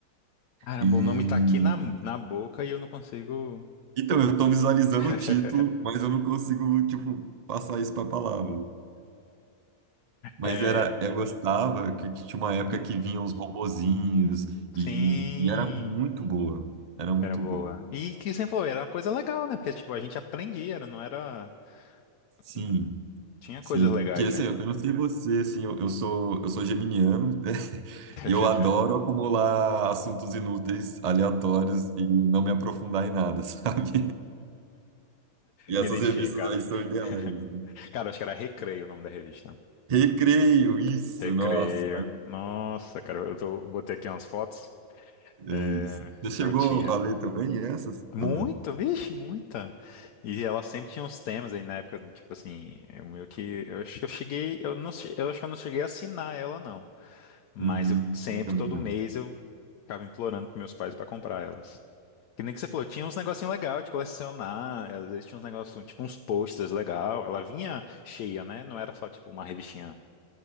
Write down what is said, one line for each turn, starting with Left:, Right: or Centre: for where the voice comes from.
Left: Caramba,
Right: E.
Left: o nome tá aqui na, na boca e eu não consigo.
Right: Então, eu estou visualizando
Left: <laughs>
Right: o título, mas eu não consigo, tipo, passar isso para palavra. Mas
Left: É,
Right: era, eu gostava que, que tinha uma época
Left: hum,
Right: que vinham os robozinhos e,
Left: sim,
Right: e era muito boa. Era muito
Left: era boa.
Right: boa.
Left: E que você falou, era uma coisa legal, né? Porque, tipo, a gente aprendia, era- não era.
Right: Sim,
Left: hum, Tinha
Right: sim.
Left: coisas legais,
Right: Porque assim,
Left: né?
Right: eu não sei você, assim, eu, eu sou, eu sou geminiano <laughs>
Left: <laughs>
Right: e eu adoro acumular assuntos inúteis, aleatórios e não me aprofundar em nada, <laughs> sabe? E
Left: Me
Right: essas
Left: identifico,
Right: revistas
Left: cara.
Right: aí são ideais.
Left: <laughs>
Right: assim.
Left: Cara, acho que era Recreio o nome da revista.
Right: Recreio, isso,
Left: Recreio.
Right: nossa,
Left: Nossa, cara, eu, tô- eu botei aqui umas fotos.
Right: é
Left: É,
Right: isso. Você
Left: não
Right: chegou
Left: tinha.
Right: a ler também essas
Left: Muito,
Right: ou não?
Left: vixe, muita. E ela sempre tinha uns temas aí na época, tipo assim, eu meio que, eu acho que eu cheguei, eu não, che- eu acho que eu não cheguei a assinar ela não, mas
Right: Uhum,
Left: eu sempre,
Right: eu também
Left: todo
Right: não.
Left: mês eu ficava implorando pros meus pais pra comprar elas. Que nem que você falou, tinha uns negocinho legal de colecionar, às vezes tinha uns negócios, tipo uns posters legal, ela vinha cheia, né? Não era só tipo uma revistinha